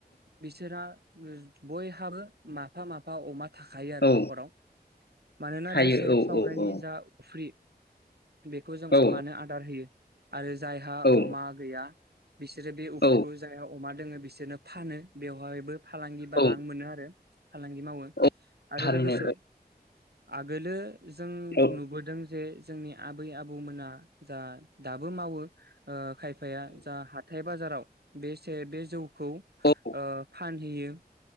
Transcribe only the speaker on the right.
बिसोरहा ओ बयहाबो माफा माफा अमा थाखायो
आरो
नखराव मानोना
बे सरेब
सावनायनि
जा फ्रि बेखौ जों
अमानो आदार होयो आरो जायहा
अमा गैया बिसोरो बे उफ्रिखौ
जायाव अमा दोङो बिसोरनो फानो बेवहायबो फालांगि बा
रां मोनो आरो फालांगि मावो
आरो
लोगोसे आगोलो जों
नुबोदों जे जोंनि आबै आबौमोना जा दाबो मावो ओ खायफाया जा हाथाय बाजाराव बेसे बे जौ खौ
ओ फानहैयो।